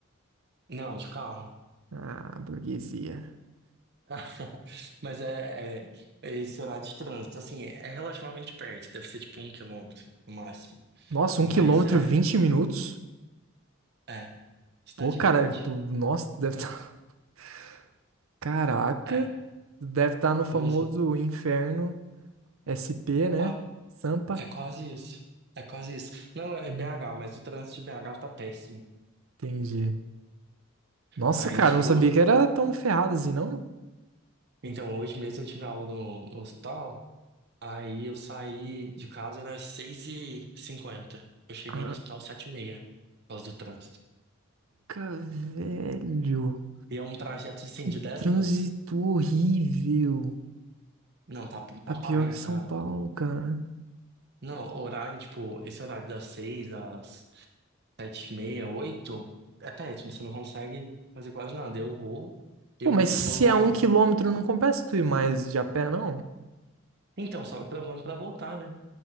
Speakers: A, on the right; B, on the right.
A: Não, de carro.
B: Ah, burguesia.
A: <laughs> Mas é, é- é esse horário de trânsito. Assim, é relativamente perto, deve ser tipo um quilômetro no máximo.
B: Nossa, um
A: Mas
B: quilômetro,
A: é,
B: 20 minutos?
A: é, cidade
B: Pô, cara,
A: grande.
B: tu, nossa, tu deve estar... <laughs> Caraca,
A: É,
B: tu deve estar no famoso
A: pois é,
B: inferno SP,
A: É, qua-
B: né? Sampa.
A: é quase isso. É quase isso. Não, é
B: Hum,
A: BH, mas o trânsito de BH tá péssimo.
B: entendi. Nossa,
A: Aí,
B: cara,
A: tipo,
B: não sabia que era tão ferrado assim, não?
A: Então, hoje mesmo eu tive aula no, no hospital, aí eu saí de casa, era seis e cinquenta Eu cheguei
B: Ah,
A: no hospital sete e meia por causa do trânsito.
B: Caraca, velho.
A: E é um trajeto, assim,
B: Que
A: de 10
B: trânsito
A: minutos.
B: horrível.
A: Não, tá,
B: Tá
A: tá
B: pior
A: paia,
B: que São
A: tá...
B: Paulo, cara.
A: Não, horário, tipo, esse horário das 6 às sete e meia oito é péssimo, você não consegue fazer quase nada. Eu vou, eu
B: Pô, mas se
A: vou sair...
B: é um quilômetro, não compensa tu ir mais de a pé, não?
A: Então, só o problema é pra voltar, né?